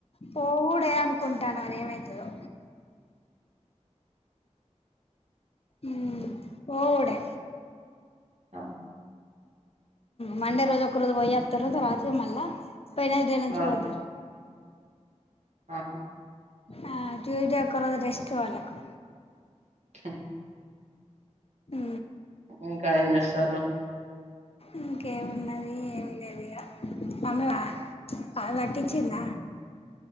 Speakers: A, on the left; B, on the right.
A: పోడ అనుకుంటన మరి ఏమతదొ ఊ పోవుడే
B: అవు
A: మండే రోజు ఒక రోజు పోయస్తారు రాత్రి మళ్ళా పైనదుడే నుంచి
B: ఆ,
A: పోతారు
B: ఆహా
A: ఆ ట్యూస్డే ఒక రోజు రెస్ట్ వాళ్ళకు
B: అ
A: ఊ
B: ఇంకా ఏం జేసలు
A: ఇంకేమున్నది ఏమి లేదుగా ఆమ అమ వటిచింద